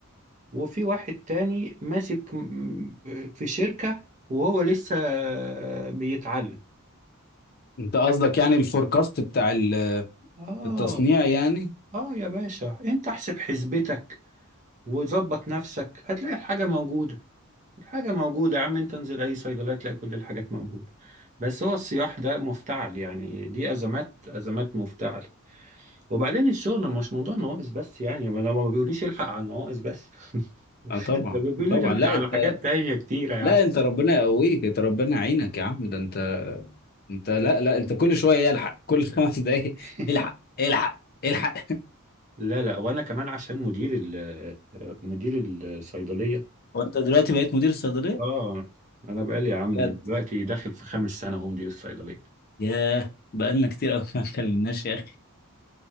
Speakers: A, on the right; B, on the left.
A: وفي واحد تاني ماسك م- في شركة وهو لسه بيتعلم
B: انت قصدك يعني الفوركاست بتاع ال-
A: آه
B: التصنيع يعني
A: آه يا باشا أنت احسب حسبتك وظبط نفسك هتلاقي الحاجة موجودة الحاجة موجودة يا عم أنت انزل أي صيدلية تلاقي كل الحاجات موجودة بس هو الصياح ده مفتعل يعني دي أزمات أزمات مفتعل وبعدين الشغل مش موضوع نواقص بس يعني ما لو ما بيقوليش الحق على النواقص بس <laughs>
B: اه طبعا
A: ده بيقولي
B: طبعا
A: الحق
B: لا
A: على
B: انت
A: حاجات تانية كتيرة يا
B: لا
A: عم
B: انت ربنا يقويك انت ربنا يعينك يا عم ده انت انت لا لا انت كل شويه يلحق كل <laughs> خمس دقايق
A: <laughs>
B: الحق الحق الحق
A: لا لا وانا كمان عشان مدير ال مدير الصيدلية
B: هو انت دلوقتي بقيت مدير صيدليه
A: اه انا بقالي يا عم
B: بجد
A: دلوقتي داخل في خامس سنة هو مدير الصيدلية
B: ياه بقالنا كتير قوي <laughs> ما اتكلمناش يا اخي